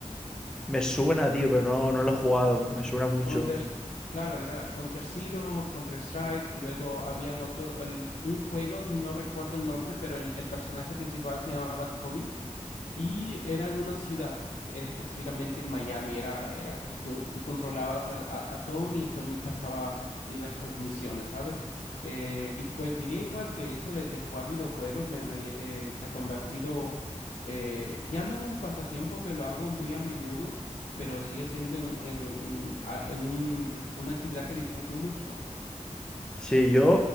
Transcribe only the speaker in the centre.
Me suena, tío, pero no, no lo he jugado. Me suena mucho.
Sí, yo,